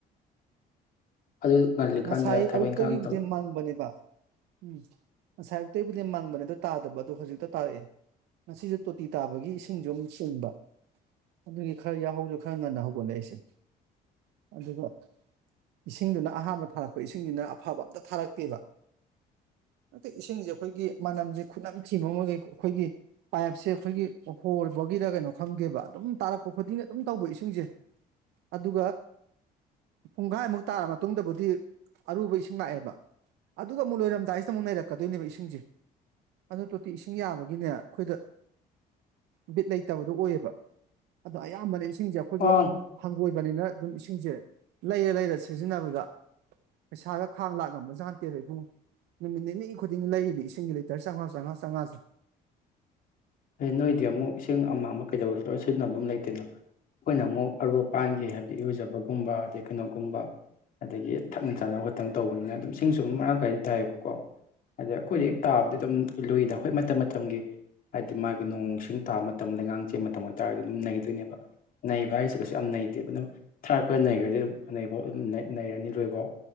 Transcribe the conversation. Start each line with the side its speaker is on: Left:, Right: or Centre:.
Left: ꯑꯗꯨ ꯉꯜꯂꯤꯀꯥꯟꯗ
Right: ꯉꯁꯥꯏ
Left: ꯊꯕꯛ
Right: ꯑꯌꯨꯛꯇꯒꯤꯕꯨꯗꯤ
Left: ꯏꯪꯈꯥꯡ ꯇꯧ
Right: ꯃꯪꯕꯅꯦꯕ ꯎꯝ ꯉꯁꯥꯏ ꯑꯌꯨꯛꯇꯒꯤꯕꯨ ꯃꯪꯕꯅꯦꯗ ꯇꯥꯗꯕ ꯑꯗꯨꯗꯣ ꯍꯧꯖꯤꯛꯇ ꯇꯥꯔꯑꯦ ꯉꯁꯤꯁꯦ ꯇꯣꯇꯤ ꯇꯥꯕꯒꯤ ꯏꯁꯤꯡꯁꯨ ꯑꯃꯨꯛ ꯆꯦꯟꯕ ꯑꯗꯨꯒꯤ ꯈꯔ ꯌꯥꯍꯧꯁꯨ ꯈꯔ ꯉꯟꯅ ꯍꯧꯒꯠꯂꯦ ꯑꯩꯁꯦ ꯑꯗꯨꯒ ꯏꯁꯤꯡꯗꯨꯅ ꯑꯍꯥꯥꯟꯕ ꯊꯥꯔꯛꯄ ꯏꯁꯤꯡꯁꯤꯅ ꯑꯐꯕ ꯑꯝꯇ ꯊꯥꯔꯛꯇꯦꯕ ꯍ ꯏꯁꯤꯡꯁꯦ ꯑꯩꯈꯣꯏꯒꯤ ꯃꯅꯝꯁꯦ ꯈꯨꯠꯅꯝ ꯊꯤꯕ ꯑꯃꯒꯩ ꯑꯩꯈꯣꯏꯒꯤ ꯄꯥꯏꯞꯁꯦ ꯑꯩꯈꯣꯏꯒꯤ ꯑꯣꯐꯣꯔꯕꯒꯤꯗ ꯀꯩꯅꯣ ꯈꯪꯗꯦꯕ ꯑꯗꯨꯝ ꯇꯥꯔꯛꯄ ꯈꯨꯗꯤꯡꯅ ꯑꯗꯨꯝ ꯇꯧꯕ ꯏꯁꯤꯡꯁꯦ ꯑꯗꯨꯒ ꯄꯨꯡꯈꯥꯏꯃꯨꯛ ꯇꯥꯔ ꯃꯇꯨꯡꯗꯕꯨꯗꯤ ꯑꯔꯨꯕ ꯏꯁꯤꯡ ꯂꯥꯛꯑꯦꯕ ꯑꯗꯨꯒ ꯑꯃꯨꯛ ꯂꯣꯏꯔꯝꯗꯥꯏꯁꯤꯗ ꯑꯃꯨꯛ ꯅꯔꯛꯀꯗꯣꯏꯅꯦꯕ ꯏꯁꯤꯡꯁꯦ ꯑꯗꯨ ꯇꯣꯇꯤ ꯏꯁꯤꯡ ꯌꯥꯕꯒꯤꯅꯦ ꯑꯩꯈꯣꯏꯗ ꯕꯤꯠ ꯂꯩꯇꯕꯗꯣ ꯑꯣꯏꯌꯦꯕ ꯑꯗꯣ ꯑꯌꯥꯝꯕꯅ ꯏꯁꯤꯡꯁꯦ ꯑꯩꯈꯣꯏꯁꯨ
Left: ꯑꯥ
Right: ꯍꯪꯒꯣꯏꯕꯅꯤꯅ ꯑꯗꯨꯝ ꯏꯁꯤꯡꯁꯦ ꯂꯩꯔ ꯂꯩꯔ ꯁꯤꯖꯤꯟꯅꯕꯗ ꯄꯩꯁꯥꯒ ꯈꯥꯡ ꯂꯥꯛꯂꯝꯝꯕꯖ ꯉꯇꯦꯗ ꯏꯕꯨꯡꯉ ꯅꯨꯃꯤꯠ ꯅꯤꯅꯤꯅꯤ ꯈꯨꯗꯤꯡ ꯂꯩꯔꯤꯅꯤ ꯏꯁꯤꯡꯒꯤ ꯂꯤꯇꯔ ꯆꯥꯝꯃꯉꯥ ꯆꯥꯝꯃꯉꯥ ꯆꯥꯝꯃꯉꯥꯁꯦ
Left: ꯑꯦ ꯅꯣꯏꯗꯤ ꯑꯃꯨꯛ ꯏꯁꯤꯡ ꯑꯃꯥꯡ ꯑꯃ ꯀꯩꯗꯧꯕꯁꯨ ꯂꯣꯏ ꯁꯤꯖꯤꯟꯅꯕ ꯑꯃ ꯂꯩꯇꯦꯅ ꯑꯩꯈꯣꯏꯅ ꯑꯃꯨꯛ ꯑꯔꯨꯕꯄꯥꯟꯒꯦ ꯍꯥꯏꯕꯗꯤ ꯏꯔꯨꯖꯕꯒꯨꯝꯕ ꯑꯗꯩ ꯀꯩꯅꯣꯒꯨꯝꯕ ꯑꯗꯒꯤ ꯊꯛꯅ ꯆꯥꯅꯕ ꯈꯛꯇꯪ ꯇꯧꯕꯅꯤꯅ ꯑꯗꯨꯝ ꯏꯁꯤꯡꯁꯨ ꯑꯗꯨꯝ ꯃꯔꯥꯡ ꯀꯥꯏꯅ ꯇꯥꯏꯌꯦꯕꯀꯣ ꯑꯗ ꯑꯩꯈꯣꯏꯗꯤ
Right: ꯎꯝ
Left: ꯍꯦꯛ ꯇꯥꯕꯗꯤ ꯑꯗꯨꯝ ꯂꯨꯏꯗ ꯑꯩꯈꯣꯏ ꯃꯇꯝ ꯃꯇꯝꯒꯤ ꯍꯥꯏꯗꯤ ꯃꯥꯒꯤ ꯅꯣꯡꯁꯤꯡ ꯊꯥꯕ ꯃꯇꯝ ꯂꯩꯉꯥꯡꯁꯦ ꯃꯇꯝ ꯑꯣꯏꯇꯥꯔꯗꯤ ꯑꯗꯨꯝ ꯅꯩꯗꯣꯏꯅꯦꯕ ꯅꯩꯕ ꯍꯥꯏꯁꯤꯒꯁꯨ ꯌꯥꯝ ꯅꯩꯇꯦꯕ ꯑꯗꯨꯝ ꯊꯥꯔꯛꯄ ꯅꯩꯈ꯭ꯔꯗꯤ ꯑꯗꯨꯝ ꯅꯩꯐꯥꯎ ꯑꯗꯨꯝ ꯅꯩꯔꯅꯤ ꯂꯣꯏꯐꯥꯎ